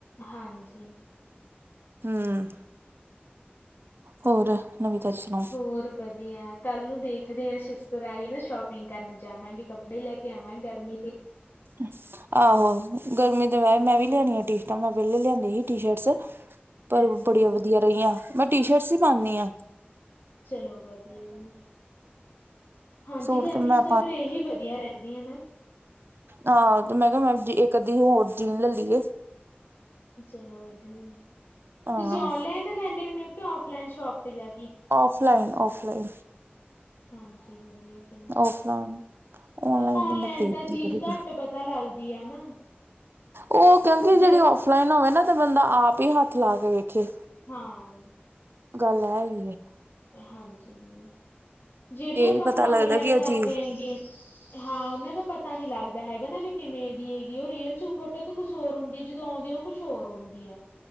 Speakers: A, on the left; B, on the right.
A: ਹਾਂਜੀ
B: ਹਮ ਹੋਰ ਨਵੀਂ ਤਾਜੀ ਸੁਣਾਓ।
A: ਹੋਰ ਵਦੀਆ ਕੱਲ ਨੂੰ ਦੇਖਦੇ ਹਾਂ ਸ਼ਿਸਟਰ ਆਈਏ ਨਾ ਸ਼ੋਪਿੰਗ ਕਰਨ ਜਾਵਾਂਗੇ ਕੱਪੜੇ ਕੱਪੜੇ ਲੈ ਕੇ ਆਵਾਂ ਗਰਮੀ ਦੇ।
B: ਅੱ ਆਹੋ ਗਰਮੀ ਦੇ ਮੈਂ ਵੀ ਲਿਆਣੀ ਆ ਟੀ ਸ਼ਰਟਾਂ ਮੈਂ ਪਹਿਲੇ ਲਿਆਂਦੀ ਸੀ ਟੀ ਸ਼ਰਟਸ। ਪਰ
A: ਅੱਛਾ
B: ਬੜੀਆਂ ਵਧੀਆ ਰਹੀਆਂ ਮੈਂ ਟੀ ਸ਼ਰਟਸ ਹੀ ਪਾਉਂਦੀ ਆ।
A: ਚਲੋ ਵਧੀਆ ਜੀ। ਹਾਂਜੀ
B: ਸੂਟ
A: ਗਰਮੀ
B: ਤੇ ਮੈਂ
A: ਚ ਤਾਂ ਫੇਿਰ ਇਹੀ ਵਧੀਆ ਰਹਿੰਦੀਆਂ ਨਾ।
B: ਆਹ ਤੇ ਮੈਂ ਕਿਹਾ ਮੈਂ ਇੱਕ ਅੱਧੀ ਹੋਰ ਜੀਨ ਲੈ ਲਈਏ।
A: ਚਲੋ ਵਧੀਆ ਜੀ
B: ਹਾਂ
A: ਤੁਸੀਂ ਔਨਲਾਈਨ ਲੈਂਦੇ ਹੁੰਦੇ ਹੋ ਕਿ ਆਫਲਾਈਨ ਸ਼ੋਪ ਤੇ ਜਾ ਕੇ।
B: Offline offline.
A: ਹਾਂਜੀ ਵਧੀਆ ਜੀ।
B: ਔਫਲਾਈਨ
A: ਔਨਲਾਈਨ
B: ਨੀ ਮੈਂ ਖਰੀਦਦੀ
A: ਤਾਂ ਚੀਜ਼ ਘੱਟ ਪਤਾ ਲੱਗਦੀ ਆ ਨਾ।
B: ਉਹ ਕਿਉਂਕਿ ਜਿਹੜੀ
A: ਦੇਖ
B: ਓਫਲਾਈਨ ਹੋਵੇ ਨਾ ਤੇ ਬੰਦਾ ਆਪ ਹੀ ਹੱਥ ਲਾ ਕੇ ਵੇਖੇ।
A: ਹਾਂ।
B: ਗੱਲ ਹੈਗੀ।
A: ਹਾਂਜੀ ਦੀਦੀ। ਜਿਹੜੀਆਂ
B: ਫੇਰ
A: ਆਪਾਂ
B: ਹੀ ਪਤਾ
A: ਹੁਣ ਔਨਲਾਈਨ
B: ਲੱਗਦਾ ਕਿ ਉਹ
A: ਕਰਦੇ
B: ਚੀਜ਼
A: ਹੈਗੇ ਹਾਂ ਉਹਨਾਂ ਦਾ ਪਤਾ ਨੀ ਲੱਗਦਾ। ਹੈਗਾ ਨਾ ਵੀ ਕਿਵੇਂ ਦੀ ਹੈਗੀ ਉਹ ਰੀਅਲ ਚ ਫੋਟੋ ਤੇ ਕੁਛ ਹੋਰ ਹੁੰਦੀ ਹੈ ਜਦੋਂ ਆਉਂਦੀ ਆ ਉਹ ਕੁਛ ਹੋਰ ਆਉਂਦੀ ਆ।